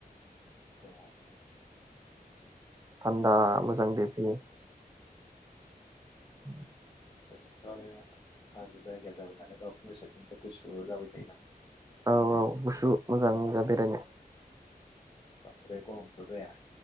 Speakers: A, on the left; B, on the right.
A: <unintelligible>
B: थान्दा मोजां दैफैयो। <inaudible>
A: बेजोंथ' आरो हाजो जायगाया जाबाय नालाय बावखुंग्रि साइदजोंथ' गुसु जाबाय थायोदां।
B: औ औ गुसु मोजां मोजां बेरायनो।
A: बांन्द्राय गरमथ' जाया।